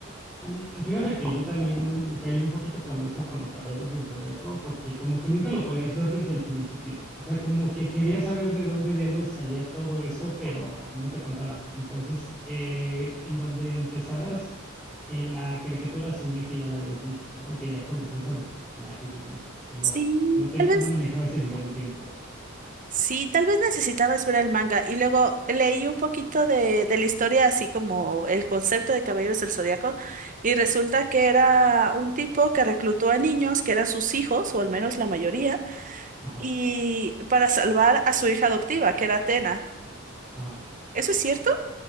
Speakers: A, in the centre; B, on the right.
A: Mm, Fíjate que yo también caí un poquito con eso, con los Caballeros del Zodiaco, porque como que nunca lo podías ver desde el principio. O sea, como que quería saber de dónde diablos salía todo eso, pero no te contaban. Entonces, eh, en donde empezaras, en la caricatura asumía que ya la habías visto, ¿no? Que ya conocías a los personajes y demás. Tú no,
B: Sí,
A: no, te,
B: tal
A: no
B: vez.
A: manejaba ese nivel de tiempo.
B: Sí, tal vez necesitabas ver el manga y luego leí un poquito de, de la historia, así como el concepto de Caballeros del Zodiaco, y
A: Ajá.
B: resulta que era un tipo que reclutó a niños que eran sus hijos, o al menos la mayoría,
A: Ajá,
B: y para salvar a su hija adoptiva, que era Atena.
A: ajá.
B: ¿Eso es cierto?